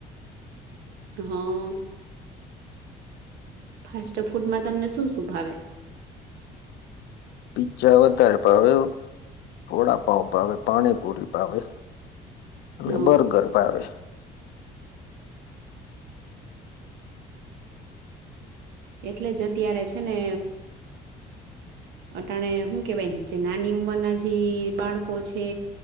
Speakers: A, on the right; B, on the left.
A: હ. ફાસ્ટ ફૂડમાં તમને શું શું ભાવે?
B: પીજ્જા વધારે ભાવે વડાપાવ ભાવે, પાણીપુરી ભાવે અને
A: હ
B: બરગર ભાવે
A: એટલે જ અત્યારે છે, ને અટાણે હું કેવાય જે નાની ઉંમરના જી બાળકો છે.